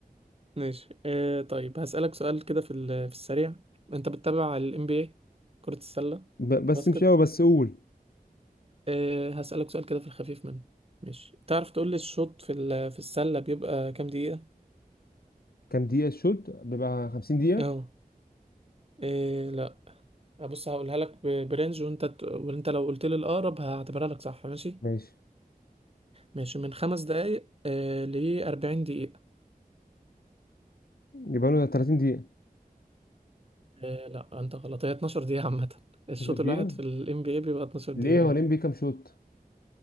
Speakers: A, on the right; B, on the left.
A: ماشي آه طيب هسألك سؤال كده في ال... في السريع انت بتتابع ال NBA كرة السلة
B: ب... بس
A: باسكت
B: مش قوي بس قول
A: أه هسألك سؤال كده في الخفيف منه ماشي تعرف تقول لي الشوط في ال- في السلة بيبقى كام دقيقة؟
B: كام دقيقة الشوط بيبقى 50 دقيقة
A: اه إيه لا بص هقولها لك ب- برنج وانت ت- وانت لو قلت لي الأقرب هعتبرها لك صح ماشي
B: ماشي
A: ماشي من خمس دقايق آه ل 40 دقيقة
B: يبقى له 30 دقيقة
A: آه لا انت غلط هي 12 دقيقة عامة الشوط
B: 12
A: الواحد
B: دقيقة
A: في ال NBA بيبقى 12 دقيقة
B: ليه هو
A: اه
B: الام بي كام شوط